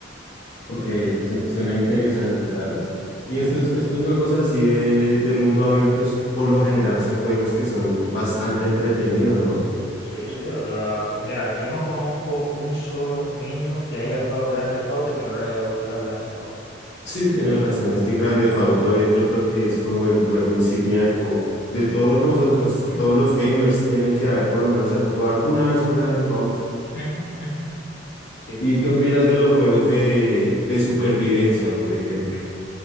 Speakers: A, on the left; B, on the left.
A: Ok, ese se- suena interesante, ¿sabes? Y estos,
B: Ujú.
A: estos juegos así de, de mundo abierto, sí, por lo general, son juegos que son bastante entretenidos, ¿no?
B: Sí, sí. O sea, mira, yo no conozco un solo niño que haya jugado Grand Theft Auto que no le haya gustado Grand Theft Auto.
A: Sí, tienes razón, es que Grand Theft Auto es, yo creo que es como el juego insignia de todo, de todos nosotros, todos los gamers tienen que haber por lo menos haber jugado alguna vez un Grand Theft Auto.
B: Ujú, ujú. Sí.
A: ¿Y qué opinas de los juegos de, de supervivencia, por ejemplo?